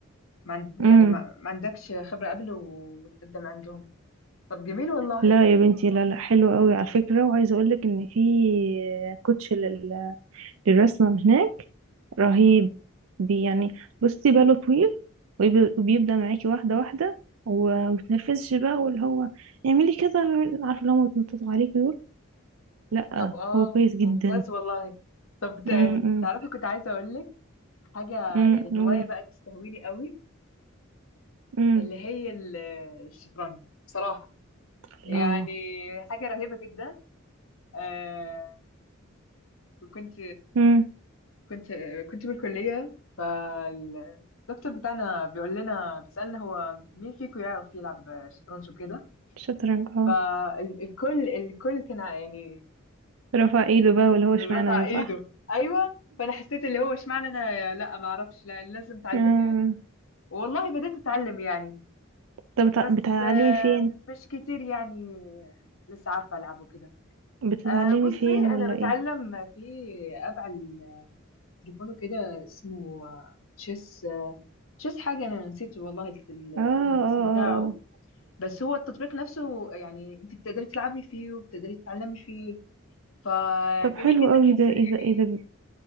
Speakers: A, on the left (about 75°); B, on the right (about 80°).
A: ما عند يعني
B: امم
A: ما ما عندكش خبرة قبل وتقدم عندهم طب جميل والله
B: لا يا بنتي لا لا حلو قوي على فكرة وعايزة اقول لك ان في كوتش لل- للرسمة من هناك رهيب بي يعني بصي باله طويل ويب- وبيبدأ معاكي واحدة واحدة ومتنرفزش بقى واللي هو اعملي كذا اعملي- عارفة اللي هم بيتنططوا عليكي دول لا
A: طب اه
B: هو كويس
A: ممتاز
B: جدا
A: والله طب تع-
B: امم امم
A: تعرفي كنت عايزة اقول لك حاجة
B: امم،
A: يعني
B: قولي
A: هواية بقى تستهويني قوي
B: امم
A: اللي هي ال- الشطرنج بصراحة
B: الله
A: يعني حاجة رهيبة جدا آه كنت
B: امم
A: كنت كنت بالكلية فالدكتور بتاعنا بيقول لنا بيسألنا هو مين فيكم يعرف يلعب شطرنج وكده
B: شطرنج اه
A: فالكل الكل كان يعني
B: رفع ايده بقى واللي هو اشمعنى
A: رفع
B: ده
A: ايده
B: صح
A: ايوه فانا حسيت اللي هو اشمعنى انا لا ما اعرفش لا لازم اتعلم
B: <laughs>
A: يعني والله بديت اتعلم يعني
B: طب بتع-
A: بس
B: بتتعلمي
A: آه،
B: فين
A: مش كتير يعني لسه عارفة العبه كده
B: بتتعلمي
A: أه بصي
B: فين
A: انا
B: ولا
A: بتعلم
B: ايه
A: في اب على التليفون كده اسمه تشيس تشيس حاجه انا نسيت والله ال- ال-
B: اه اه
A: الاسم
B: اه
A: بتاعه
B: آه.
A: بس هو التطبيق نفسه يعني انت بتقدري تلعبي فيه وبتقدري تتعلمي فيه فجميل
B: طب حلو
A: جدا
B: قوي
A: حسيت
B: ده اذا
A: يعني
B: اذا